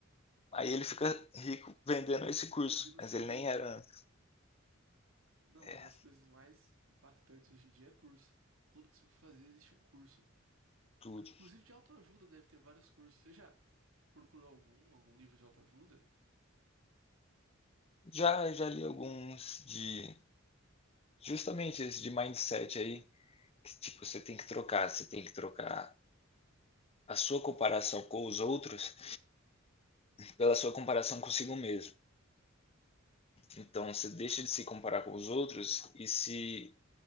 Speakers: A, on the left; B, on the right.
A: Aí ele fica rico vendendo esse curso,
B: Fingindo ser
A: mas ele
B: rico.
A: nem era antes.
B: Não,
A: É,
B: uma das coisas mais impactantes hoje em dia é curso. Tudo que você for fazer existe um curso.
A: tudo.
B: Inclusive de autoajuda deve ter vários cursos. Você já procurou algum, algum livro de autoajuda?
A: Já, já li alguns de Justamente esse de mindset aí, que, tipo, você tem que trocar, você tem que trocar a sua comparação com os outros pela sua comparação consigo mesmo. Então, você deixa de se comparar com os outros e se